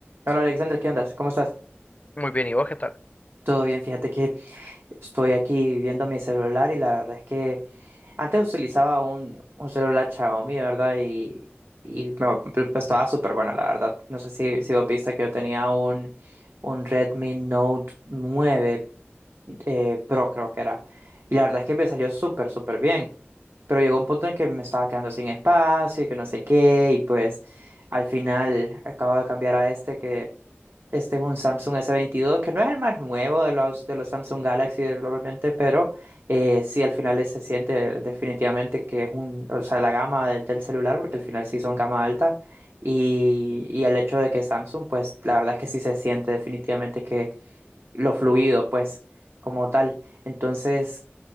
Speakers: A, on the right; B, on the left.
A: Hola Alexander, ¿qué andas? ¿Cómo estás?
B: Muy bien, ¿y vos qué tal?
A: Todo bien, fíjate que estoy aquí viendo mi celular y la verdad es que antes utilizaba un, un celular Xiaomi, ¿verdad? Y, y me, me- estaba súper bueno, la verdad. No sé si, si vos viste que yo tenía un, un Redmi Note 9 eh, Pro, creo que era. Y la verdad es que me salió súper, súper bien. Pero llegó un punto en que me estaba quedando sin espacio y que no sé qué. Y pues al final acabo de cambiar a este Este es un Samsung s veintidós que no es el más nuevo de los, de los Samsung Galaxy globalmente, pero eh, sí al final se siente definitivamente que es un, o sea, la gama de- del celular, porque al final sí son gama alta, y, y el hecho de que Samsung, pues la verdad es que sí se siente definitivamente que lo fluido, pues como tal. Entonces,